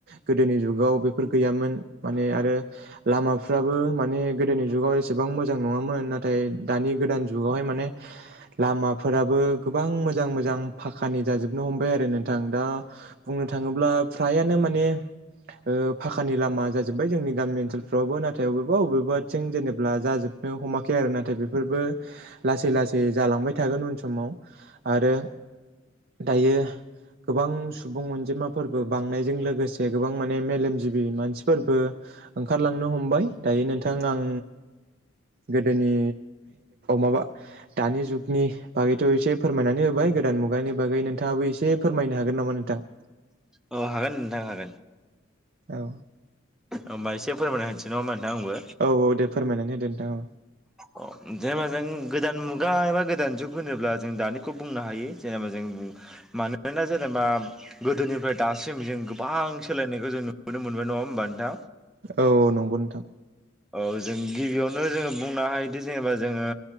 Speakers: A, on the right; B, in the centre.
A: गोदोनि जुगाव बेफोर गैयामोन माने आरो लामाफ्राबो माने गोदोनि जुगाव एसेबां मोजां नङामोन नाथाय दानि गोदान जुग गावहाय माने लामा फोराबो गोबां मोजां मोजां फाखानि जाजोबनो हमबाय आरो नोंथां दा बुंनो थाङोब्ला फ्रायानो माने ओ फाखानि लामा जाजोब्बाय जोंनि गामि ओनसोलफ्रावबो नाथाय बबेबा बबेबाथिं जेनेबा जाजोब नो हमाखै आरो नाथाय बेफोरबो लासै लासै जालांबाय थागोन उन समाव आरो दायो गोबां सु बुं अनजिमाफोरबो बांनायजों लोगोसे गोबां माने मेलेमजिबि मानसिफोरबो ओंखारलांनो हमबाय दायो नोंथां आं गोदोनि माबा दानि जुग नि बागैथ' एसे फोरमायनानै होबाय गोदान मुगानि बागै नोंथाङाबो एसे फोरमायनो हागोन नामा नोंथां?
B: औ हागोन नोंथां हागोन।
A: औ
B: होमबा एसे फोरमायना होनोसै नङा होमबा नोंथां आंबो
A: औ औ दे फोरमायनानै होदो नोंथां औ।
B: अ जेनेबा जों गोदान मुगा एबा गोदान जुग होनोब्ला जों दानिखौ बुंनो हायो जेनेबा जों मानोना जेनेबा गोदोनिफ्राय दासिम जों गोबां सोलायनायखौ जों नुबोनो मोन बाय नङा होमबा नोंथां?
A: औ औ नंगौ नोंथां।
B: औ जों गिबियावनो जोङो बुंनो हायोदि जेनेबा जोङो